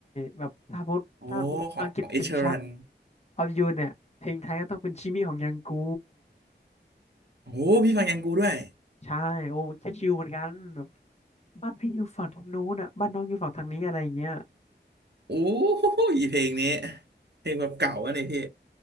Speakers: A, on the left; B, on the right.
A: แบบถ้าพูดถ้าอังกฤษเป็น
B: โอ้ของของเอชรัน
A: Shape of You เนี่ยเพลงไทยก็ต้องเป็นชิมิของยังกู
B: โอ้พี่ฟังยังกูด้วย
A: ใช่โอ้แค่ชิวเหมือนกันแบบบ้านพี่อยู่ฝั่งทางนู้นอ่ะบ้านน้องอยู่ฝั่งทางนี้อะไรอย่างเงี้ย
B: โอ้ยเพลงนี้เพลงแบบเก่าอะเนี่ยพี่